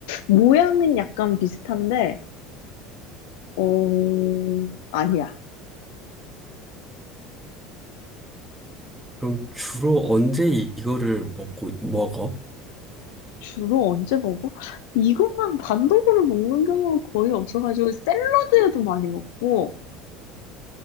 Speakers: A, on the left; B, in the centre.
A: 모양은 약간 비슷한데, 어, 아니야.
B: 그럼 주로 언제 이- 이거를 먹고, 먹어?
A: 주로 언제 먹어? 이것만 단독으로 먹는 경우가 거의 없어가지고, 샐러드에도 많이 먹고,